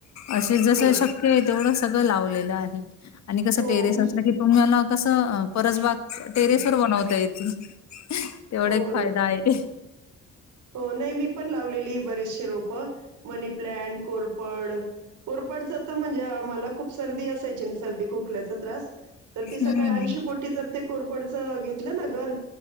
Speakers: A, on the left; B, on the right.
A: असे जस
B: हो,
A: शक्य आहे. तेवढं सगळे लावलेला आहे आणि कसं
B: हो,
A: टेरेस
B: म्हणजे
A: असलं की तुम्हाला कसं परसबाग टेरेस
B: हं,
A: वर बनवता येेत तेवढा
B: हो,
A: एक
B: बरोबर.
A: फायदा आहे.
B: हो नाही मी पण लावलेली बरेचसे रोप मनी प्लनट कोरपड कोर ट म्हणजे मला खूप सर्दी असायची सर्दी खोकल्याच त तर ती सकाळी
A: हम्म.
B: अंशीपोटी जर ते कोरपडच घेतलं ना घर